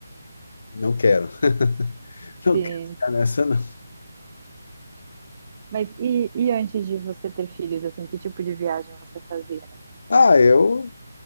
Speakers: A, on the left; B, on the right.
A: não quero. <laughs> Não
B: se
A: quero ficar nessa, não.
B: Mas e, e antes de você ter filhos, assim, que tipo de viagem você fazia?
A: Ah, eu